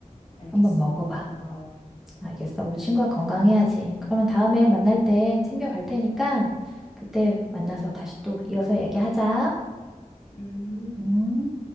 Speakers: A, on the left (about 50°); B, in the centre.
A: 알겠어.
B: 한번 먹어봐.
A: 너무 고마워.
B: 알겠어. 우리 친구가 건강해야지. 그러면 다음에
A: 음,
B: 만날 때 챙겨갈 테니까 그때 만나서 다시 또 이어서 얘기하자.
A: 음.
B: 음.